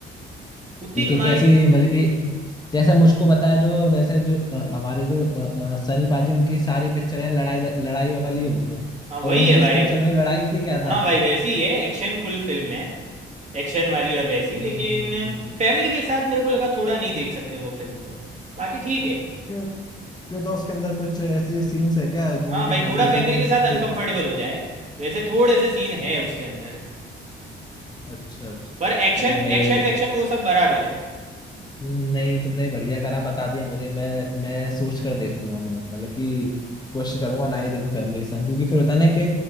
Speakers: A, on the right; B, on the left.
A: उतनी
B: मतलब कि
A: कमाल
B: कैसी
A: की नहीं
B: मतलब
A: है
B: कि जैसे मुझको बताया जो वैसे जो अ, हमारे जो अ, अ, सनी पाजी उनकी सारी पिक्चर हैं लड़ाई लड़ाई वाली होती हैं
A: हाँ
B: तो
A: वही
B: उनकी
A: है भाई
B: इस पिक्चर में भी लड़ाई थी क्या था
A: हाँ भाई वैसी ही है एक्शन फुल फिल्म है एक्शन वाली और वैसी
B: हम्म
A: लेकिन फैमिली के साथ मेरे को लगा थोड़ा नहीं देख सकते वो फिल्म को बाकी ठीक है
B: क्यों क्यों तो उसके अंदर कुछ ऐसे सीन्स है क्या जो
A: हाँ
B: मतलब कि
A: भाई
B: फैमिली
A: थोड़ा
B: के
A: फैमिली
B: संग नहीं देख
A: के
B: सकते
A: साथ अनकंफर्टेबल हो जाए वैसे थोड़े से सीन है उसके अंदर
B: अच्छा अच्छा
A: पर एक्शन
B: चलो मैं ये
A: एक्शन वैक्शन वो सब बराबर है
B: नहीं तुमने बढ़िया करा बता दिया मुझे मैं मैं सोच कर देखूंगा मैं मतलब कि कोशिश करूंगा ना ही देखूं फैमिली के संग क्योंकि फिर होता है ना कि